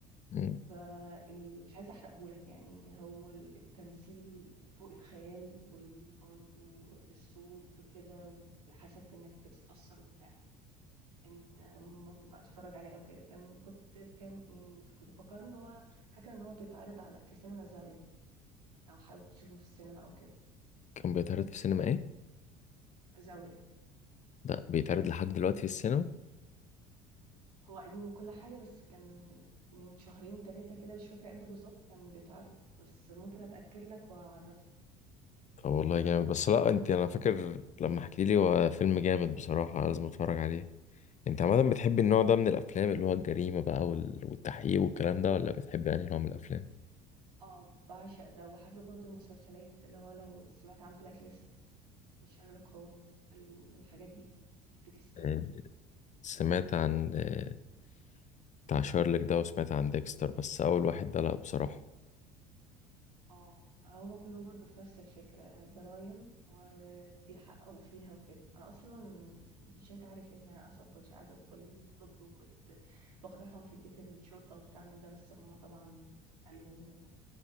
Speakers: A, on the left; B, on the right.
A: مم.
B: فمش عايزة احرقهولك يعني هو التمثيل فوق الخيال وبرضه الصوت وكده وحاسك انك بتتأثر وبتاع انت ممكن بقى تتفرج عليه او كده كان كنت كان يعني كنت مفكرة ان هو فاكرة ان هو بيتعرض على في سينما زاوية لو حابب تشوفه في السينما او كده
A: كان بيتعرض في السينما ايه
B: زاوية
A: لا بيتعرض لحد دلوقتي في السينما
B: هو قديم وكل حاجة بس كان من شهرين تلاتة كده مش فاكرة امتى بالظبط كان بيتعرض بس ممكن اتأكد لك واعرفك
A: طب والله جامد بس لا انت انا فاكر لما حكيتي لي هو فيلم جامد بصراحه لازم اتفرج عليه انت عامة بتحب النوع ده من الافلام اللي هو الجريمة بقى وال- والتحقيق والكلام ده ولا بتحب يعني نوع من الافلام
B: آه، باعشق ده وأحب برضه المسلسلات اللي هو لو سمعت عن بلاك ليست وشارلوك هولمز ال- الحاجات دي ديكستر
A: آه، سمعت عن آه، بتاع شارلوك ده وسمعت عن ديكستر بس اول واحد ده لا بصراحة
B: اه هما كلهم برضه في نفس الفكرة جرايم وبيحققوا فيها وكده أنا أصلا مش أنت عارف يا ابني أنا أصلا كنتش عايزة أدخل طب وكنت بقنعهم في البيت إن الشرطة وبتاع من ده بس هما طبعا قالوا